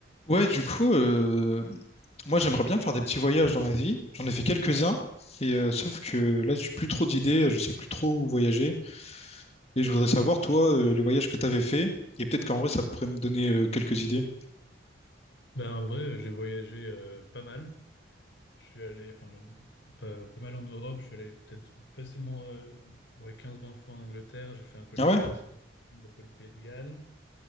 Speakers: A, on the left; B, on the left.
A: Ouais, du coup, euh, moi j'aimerais bien faire des petits voyages dans ma vie. J'en ai fait quelques-uns, et euh, sauf que là j'ai plus trop d'idées, je sais plus trop où voyager. Et je voudrais savoir, toi, euh, les voyages que t'avais fait, et peut-être qu'en vrai ça pourrait me donner euh, quelques idées.
B: Ben, en vrai, j'ai voyagé euh, pas mal. Je suis allé, enfin, pas, pas mal en Europe. Je suis allé peut-être facilement euh, ouais, 15-20 fois en Angleterre. J'ai fait un peu l'Écosse,
A: Ah ouais?
B: un peu le Pays de Galles.